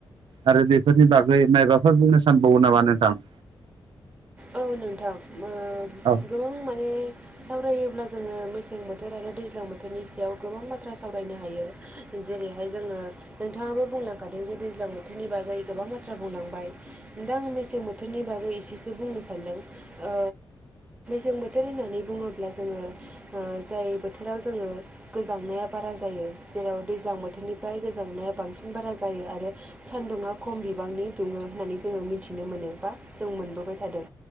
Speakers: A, on the right (about 80°); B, on the right (about 15°).
A: आरो बेफोरनि बागै मायबाफोर बुंनो सानबावो नामा नोंथां?
B: औ नोंथां ओ
A: औ
B: गोबां माने सावरायोब्ला जोङो मेसें बोथोर आरो दैज्लां बोथोरनि सायाव गोबां बाथ्रा सावरायनो हायो। जेरैहाय जोङो नोंथाङाबो बुंलांखादों जे दैज्लां बोथोरनि बागै गोबां बाथ्रा बुंलांबाय। दा आङो मेसें बोथोरनि बागै एसेसो बुंनो सानदों। ओ सें बोथोर होननानै बुङोब्ला जोङो ओ जाय बोथोराव जोङो गोजांनाया बारा जायो जेराव दैज्लां बोथोरनिफ्राय गोजांनाया बांसिन बारा जायो आरो सान्दुङा खम बिबांनि दुङो होननानै जोङो मिथिनो मोनो बा जों मोनबोबाय थादों